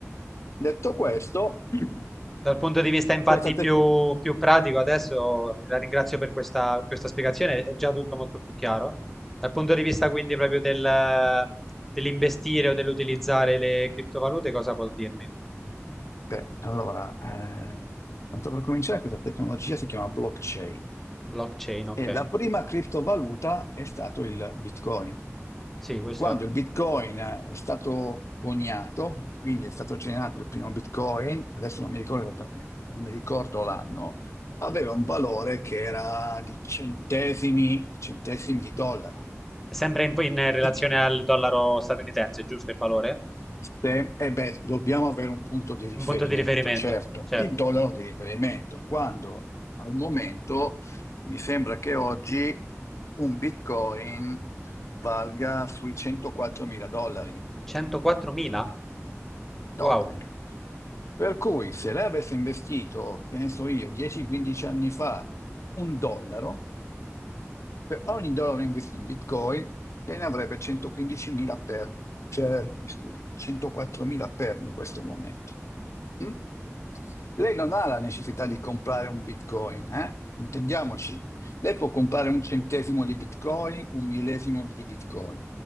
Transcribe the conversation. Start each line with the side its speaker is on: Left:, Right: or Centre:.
Left: Detto questo, <clears throat>
Centre: Dal punto di vista infatti
Left: questa tec-
Centre: più, più pratico, adesso la ringrazio per questa, per questa spiegazione, è già tutto molto più chiaro. Dal punto di vista quindi proprio del- dell'investire o dell'utilizzare le criptovalute, cosa può dirmi?
Left: beh, allora, eh, tanto per cominciare, questa tecnologia si chiama blockchain
Centre: Blockchain, ok.
Left: e la prima criptovaluta è stato il Bitcoin.
Centre: Sì, questo
Left: Quando il Bitcoin è stato coniato, quindi è stato generato il primo Bitcoin, adesso non mi ricordo, eh, non mi ricordo l'anno, aveva un valore che era di centesimi, di centesimi di dollaro.
Centre: è sempre in, in relazione
Left: E chi-
Centre: al dollaro statunitense, giusto il valore?
Left: se- eh beh, dobbiamo avere un punto di riferimento,
Centre: Un punto di riferimento,
Left: certo,
Centre: certo.
Left: il dollaro di riferimento, quando al momento mi sembra che oggi un Bitcoin valga sui 104 mila dollari.
Centre: 104.000?
Left: dollari.
Centre: Wow.
Left: Per cui se lei avesse investito, che ne so io, 10-15 anni fa, un dollaro, per ogni dollaro investito in Bitcoin, te ne avrebbe 115.000 per, cioè, mi scusi, 104.000 per in questo momento. Mm? Lei non ha la necessità di comprare un Bitcoin, eh? Intendiamoci. Lei può comprare un centesimo di Bitcoin, un millesimo di Bitcoin.